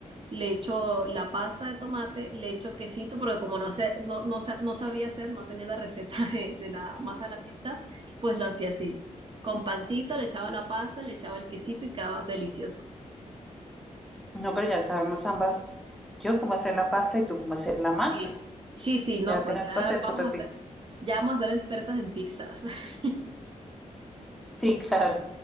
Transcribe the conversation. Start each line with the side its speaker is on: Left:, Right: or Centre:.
Right: le echo la pasta de tomate, le echo quesito, porque como no, hace, no, no, sa- no sabía hacer, no tenía la receta <laughs> de, de la masa de la pizza, pues lo hacía así. Con pancito, le echaba la pasta, le echaba el quesito y quedaba delicioso.
Centre: No, pero ya sabemos ambas. Yo cómo hacer la pasta y tú cómo hacer la masa.
Right: Y sí, sí, no,
Centre: Ya
Right: pues
Centre: tenemos
Right: ya
Centre: para hacer
Right: vamos
Centre: Super
Right: a
Centre: Pix.
Right: ser, ya vamos a ser expertas en pizzas. <laughs>
Centre: Sí, claro.